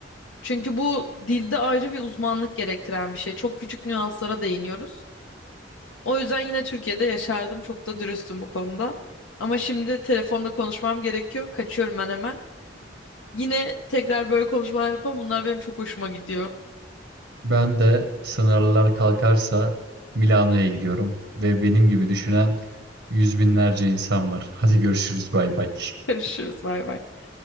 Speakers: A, on the left (about 80°); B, on the right (about 75°).
A: Çünkü bu dilde ayrı bir uzmanlık gerektiren bir şey. Çok küçük nüanslara değiniyoruz. O yüzden yine Türkiye'de yaşardım. Çok da dürüstüm bu konuda. Ama şimdi telefonla konuşmam gerekiyor. Kaçıyorum ben hemen. Yine tekrar böyle konuşmalar yapalım. Bunlar benim çok hoşuma gidiyor.
B: Ben de sınırlar kalkarsa Milano'ya gidiyorum ve benim gibi düşünen yüz binlerce insan var. Hadi görüşürüz bay bay.
A: <laughs>
B: <laughs>
A: Görüşürüz. Bay bay.